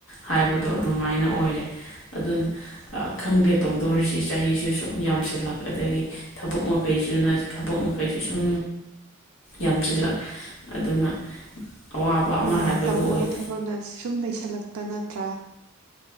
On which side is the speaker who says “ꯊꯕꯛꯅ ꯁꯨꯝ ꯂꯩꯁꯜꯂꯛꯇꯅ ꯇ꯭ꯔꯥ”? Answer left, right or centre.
Right